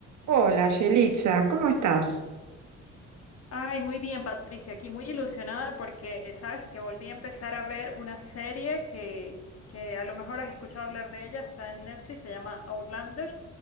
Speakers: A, on the right; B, on the left.
A: Hola, Yelitza, ¿cómo estás?
B: Ay, muy bien, Patricia, aquí muy ilusionada porque sabes que volví a empezar a ver una serie que, que a lo mejor has escuchado hablar de ella, está en Netflix, se llama Outlander